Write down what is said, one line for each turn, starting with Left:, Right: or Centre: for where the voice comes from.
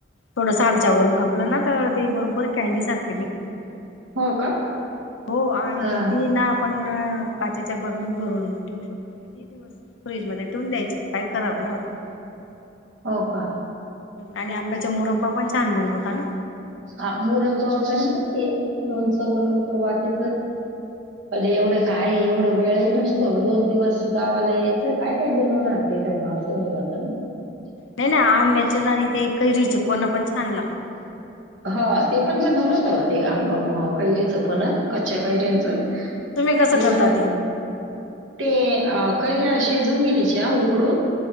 Left: थोडस हालच्या वरून कापलं ना तर ते बरोबर कॅंडी सारखे निघते.
Right: हो
Left: आंबाेटे
Right: का
Left: हो आणि
Right: हा
Left: तीला आपण. पण काचेच्या बरणीत भरून ठेवू शकतो किती दिवस. फ्रीज मध्ये ठेऊन द्यायची काही खराब नाही होत.
Right: हो का.
Left: आणि आंब्याचा मुरब्बा पण छान बनवता ना
Right: अ मुरब्बा वगैरे माहितीय. लोणचं बनवतो बाकीच. अरे एवढ काय एवढं वेळही नसतो दोन दिवस गावाला यायचं काय काय बनवणार. ते तर असं होऊन जातं ना <unintelligible>
Left: नाही नाही आंब्याच्या आणि ते. कैरीचे पण पण छान लागतं
Right: हा ते पण बनवलं होत आंबा कैरीचं. फणस कच्च्या कैऱ्यांचं ते
Left: तुम्ही कसं करता
Right: बनव
Left: ते
Right: ते. कैऱ्या शिजून घ्यायच्या उकडून.